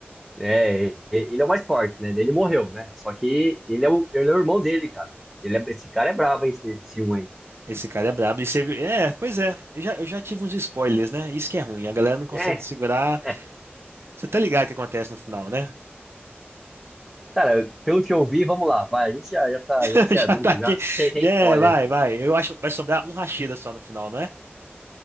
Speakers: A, in the centre; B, on the right (about 80°).
A: É, e- ele é o mais forte, né? Ele morreu, né? Só que ele é o, ele é o irmão dele, cara. Ele é- esse cara é brabo, hein, esse, esse um, aí.
B: Esse cara é brabo. E você... viu- É, pois é. Eu já, eu já tive uns spoilers, né? Isso que é ruim. A galera não consegue
A: É,
B: segurar.
A: é.
B: Você tá ligado o que acontece no final, né?
A: Cara, pelo que eu vi, vamos lá. Vai, a gente já, já tá,
B: <laughs>
A: já tinha adulto,
B: Já tá aqui.
A: já, sem, sem
B: Já
A: spoiler.
B: é, vai, vai. Eu acho que vai sobrar um Rashida só no final, não é?